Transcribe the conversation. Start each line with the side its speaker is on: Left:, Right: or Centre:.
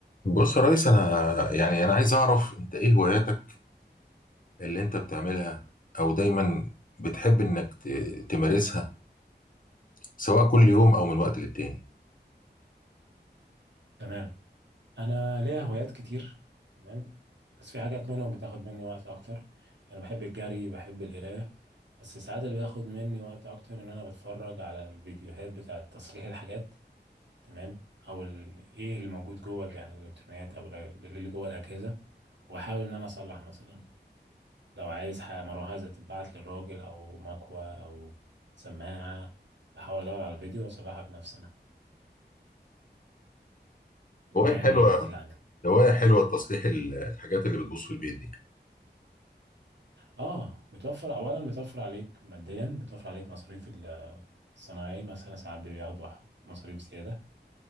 Left: بص يا ريس انا يعني انا عايز اعرف انت ايه هواياتك اللي انت بتعملها او دايما بتحب انك ت- تمارسها سواء كل يوم او من وقت للتاني
Right: تمام انا ليا هوايات كتير تمام بس في حاجات منهم بتاخد مني وقت اكتر انا بحب الجري بحب القرايه بس ساعات اللي بياخد مني وقت اكتر ان انا بتفرج على الفيديوهات بتاعه تصليح الحاجات تمام او ال- ايه اللي موجود جوه ال- يعني الالكترونيات او ال- اللي جوه الاجهزه واحاول ان انا اصلح مثلا لو عايز حاجه مروحه تتبعت للراجل او مكوه او سماعه بحاول ادور على الفيديو واصلحها بنفسي انا ودي
Left: هواية
Right: يعني
Left: حلوة
Right: من الهوايات اللي عندي
Left: هواية حلوة تصليح ال- الحاجات اللي بتبوظ في البيت دي
Right: اه بتوفر اولا بتوفر عليك ماديا بتوفر عليك مصاريف الصناعي مثلا ساعات بياخدوا مصاريف زياده